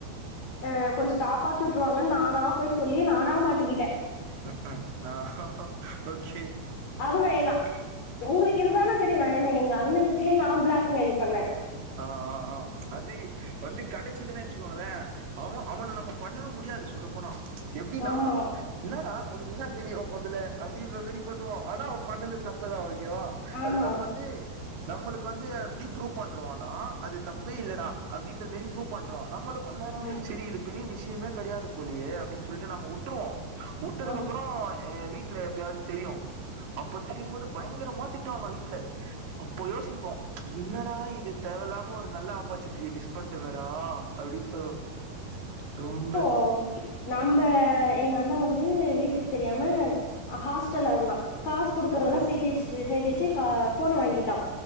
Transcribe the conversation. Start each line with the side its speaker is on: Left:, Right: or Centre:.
Left: அஹ் கொஞ்ச காப்பாத்தி விட்ருவாங்கன்னு நானா போய் சொல்லி நானா மாட்டிக்கிட்டே
Right: உம் உம் ஆஹ ஓகே
Left: வூக வேங்கா உங்களுக்கு இதுதானே தெரியும் நா ஏன்ன எங்க அண்ணன வெச்செ நா பிளாக்மெயில் பண்ணே
Right: ஆஹ் ஆஹ்ஹ் அது வந்து கெடச்சுதுனு நெனச்சுக்கோங்களே அவ அவன நம்ம பண்ணவே முடியாது சொல்ல போனா எப்டினா
Left: ஆமா
Right: என்னடா உனக்கு இன்ன தெரியும் முதல அப்டின்ற மாரி பண்ணுவோ ஆனா அவ பண்ணது தப்புதா ஓகேவா
Left: ஆமா
Right: அது நம்ம வந்து நம்மளுக்கு வந்து எப்படி ப்ரூவ் பண்ருவானா அது தப்பே இல்லடா அப்படின்ற மாரி ப்ரூவ் பண்றோம் நம்மளுக்கும்ல்ல
Left: ஆமா
Right: சரி இது பெரிய விஷயமே கிடையாது போலியே அப்படின்னு சொல்லிட்டு நம் விட்டுருவோம் விட்டதுக்கு
Left: ஆ
Right: அப்புறம் வீட்டுல எப்பயாவது தெரியும் அப்ப தெரியும்போது பயங்கரமா திட்டுவாங்க வீட்டுல அப்போ யோசிப்போம் என்னடா இது தேவயில்லாம ஒரு நல்ல ஆப்பர்ச்சுனிட்டிய மிஸ் பண்ணிட்டமேடா அப்படின்னு தோணும் ரொம்ப
Left: ஓகே நம்ப எங்க அண்ணா வந்து வீட்டுக்கு தெரியாம ஹாஸ்டல்ல இருந்தான் காசு குடுக்கதேல்லாம்
Right: ஓகே
Left: சேர்த்தி வச்சு சேர்த்தி வச்சு போனை வாங்கிட்டான்